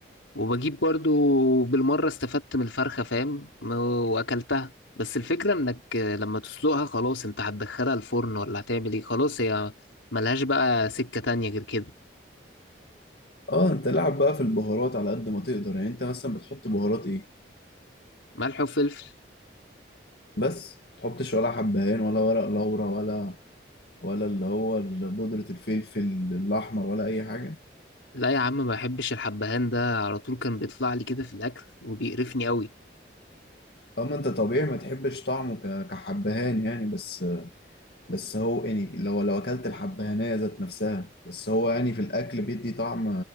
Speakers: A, on the left (about 90°); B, on the left (about 60°).
A: وبجيب برضو بالمره استفدت من الفرخه فاهم م- واكلتها بس الفكره انك لما تسلقها خلاص انت هتدخلها الفرن ولا هتعمل ايه خلاص هي ملهاش بقى سكه تانية غير كده
B: اه انت لعب بقى في البهارات على قد ما تقدر يعني انت مثلا بتحط بهارات ايه
A: ملح وفلفل
B: بس ما تحطش ولا حبهان ولا ورق لورا ولا ولا اللي هو ال- بودرة الفلفل الأحمر ولا أي حاجة
A: لا يا عم ما بحبش الحبهان ده على طول كان بيطلع لي كده في الاكل وبيقرفني قوي
B: أما أنت طبيعي ما تحبش طعمه ك- كحبهان يعني بس بس هو يعني لو لو أكلت الحبهانية ذات نفسها بس هو يعني في الأكل بيدي طعم